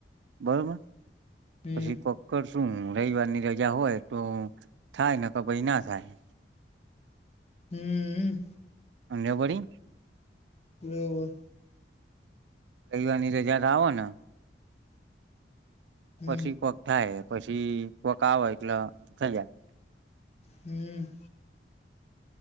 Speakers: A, on the right (about 80°); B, on the left (about 35°).
A: બરોબર
B: હમ
A: પછી કોક્કડ શું રવિવાર ની રજા હોય તો થાય ને ક ભાઈ ના થાય
B: હમ
A: અંગ્યાબડી
B: વબર
A: રવવાની રજા આવો ને
B: હમ
A: પછી એક વખ થાય પછી કોઈક આવે એટલે થઈ જાય
B: હમ